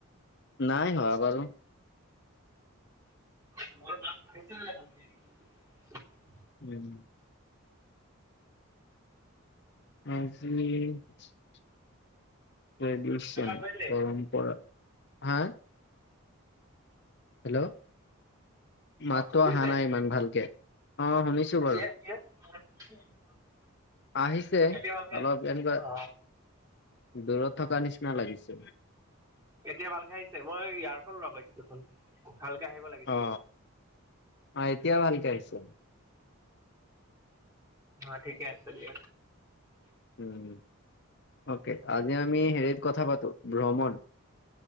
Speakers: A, on the left (about 50°); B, on the right (about 15°).
A: নাই হোৱা বাৰু
B: ঘৰত ভাত খাইছে নাই
A: উম আজি ট্ৰেডিচিয়ান
B: ভালকে হেল্ল'
A: পৰম্পৰা হা হেল্ল' মাতটো
B: শুনিছে
A: অহা নাই ইমান ভালকে অ শুনিছো
B: এতিয়া
A: বাৰু
B: এতিয়া <unintelligible>
A: আহিছে
B: এতিয়া ভালকে
A: অলপ এনেকুৱা
B: অ
A: দূৰত থকা নিচিনা লাগিছে
B: এতিয়া ভালকে আহিছে মই ইয়াৰফোন লগাইছিলোঁ চোন ভালকে আহিব লাগিছিলে
A: অ অ এতিয়া ভালকে আহিছে
B: অ ঠিকে আছে দিয়া
A: উম অকে আজি আমি হেৰিত কথা পাতো ভ্ৰমণ